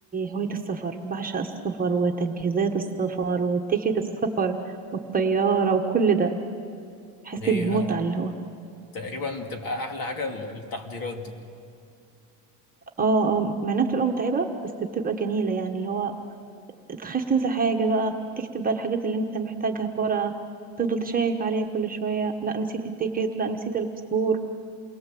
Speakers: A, on the right (about 20°); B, on the left (about 50°).
A: هواية السفر بعشق السفر وتجهيزات السفر وتيكت السفر والطيارة وكل ده بحس
B: هي،
A: بمتعة
B: آه،
A: اللي هو
B: تقريبا بتبقى احلى حاجه التحضيرات دي
A: اه اه مع انها بتبقى متعبة بس بتبقى جميلة يعني اللي هو تخاف تنسى حاجة بقى تكتب بقى الحاجات اللي انت محتاجها في ورقة تفضل تشيك عليها كل شوية لا نسيت التيكت لا نسيت الباسبور